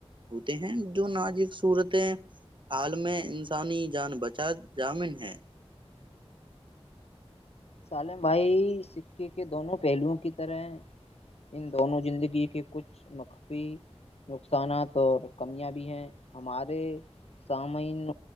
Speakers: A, on the right (about 50°); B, on the left (about 80°).
A: ہوتے ہیں جو نازک صورت حال میں انسانی جان بچا جامن ہے
B: سالم بھائی سکے کے دونوں پہلوؤوں کی طرح ہیں ان دونوں زندگی کے کچھ مخفی نقصانات اور کمیاں بھی ہیں ہمارے سامعین